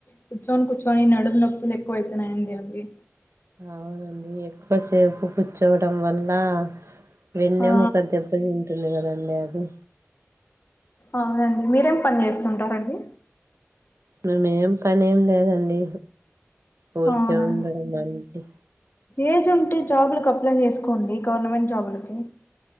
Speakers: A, on the left; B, on the right.
A: కూర్చొని కూర్చొని నడుం నొప్పులు ఎక్కువైతున్నాయండి అవి
B: అవునండి ఎక్కువసేపు కూర్చోవడం వల్ల వెన్నెముక్కదెబ్
A: ఆ
B: ఇక్కడే ఉంటుంది కదండి అది
A: అవునండి మీరేం పన్ చేస్తుంటారండి
B: మేమేం పనేం లేదండి ఊరికే
A: అవునండి
B: ఉండడం అది
A: ఏజ్ ఉంటే జాబులకప్లై చేసుకోండి గవర్నమెంట్ జాబులకి